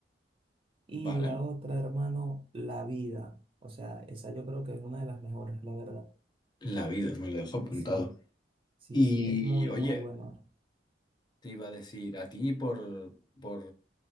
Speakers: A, on the right (about 30°); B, on the left (about 25°).
A: y
B: Vale.
A: la otra, hermano, La Vida. O sea, esa yo creo que es una de las mejores, la verdad.
B: La vida, me lo dejo apuntado.
A: Sí, sí,
B: Y
A: sí, es muy,
B: oye,
A: muy buena.
B: te iba a decir, a ti por, por,